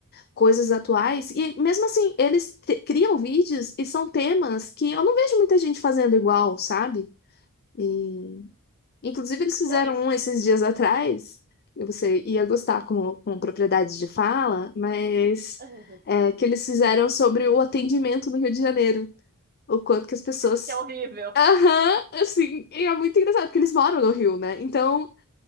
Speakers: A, on the left; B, on the right.
A: coisas atuais, e mesmo assim, eles te- criam vídeos e são temas que eu não vejo muita gente fazendo igual, sabe? E, inclusive, eles fizeram
B: Não, isso.
A: um esses dias atrás, e você ia gostar com, com propriedade de fala, mas
B: <laughs>
A: é, que eles fizeram sobre o atendimento no Rio de Janeiro, o quanto que as pessoas
B: Que é horrível.
A: Aham, assim, e é muito engraçado, porque eles moram no Rio, né? Então,